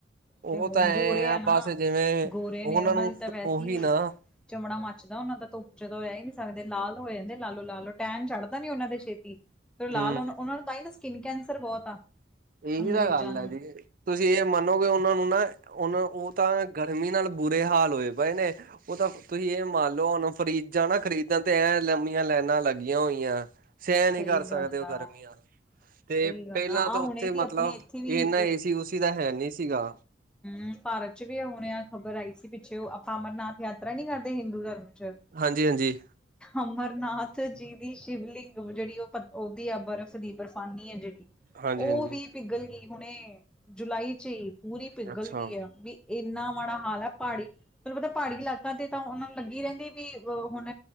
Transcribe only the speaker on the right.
ਉਹ
ਤਾਂ
ਐ ਆ
ਬਸ ਜਿਵੇਂ
ਉਹਨਾਂ
ਨੂੰ
ਉਹੀ
ਨਾ
ਹੂੰ
ਇਹੀ
ਤਾਂ ਗੱਲ
ਆ ਦੀਦੀ। ਤੁਸੀਂ ਇਹ ਮੰਨੋਗੇ ਉਹਨਾਂ ਨੂੰ ਨਾ ਉਹਨਾਂ ਉਹ ਤਾਂ ਗਰਮੀ ਨਾਲ ਬੁਰੇ ਹਾਲ ਹੋਏ ਪਏ ਨੇ। ਉਹ ਤਾਂ ਤੁਸੀਂ ਇਹ ਮੰਨ ਲਓ, ਹੁਣ ਫਰਿੱਜਾ ਨਾ ਖਰੀਦਣ ਤੇ ਐ ਲੰਮੀਆਂ ਲੈਨਾਂ ਲੱਗੀਆਂ ਹੋਈਆਂ। ਸਹਿ ਨਈ
ਕਰ ਸਕਦੇ
ਉਹ
ਗਰਮੀਆਂ ਤੇ
ਪਹਿਲਾਂ
ਤੋਂ
ਤੇ
ਮਤਲਵ
ਇਹਨਾ ਏਸੀ ਊਸੀ ਹੈ ਨੀ ਸੀਗਾ।
ਹਾਂਜੀ-ਹਾਂਜੀ।
ਹਾਂਜੀ
ਹਾਂਜੀ
ਅੱਛਾ।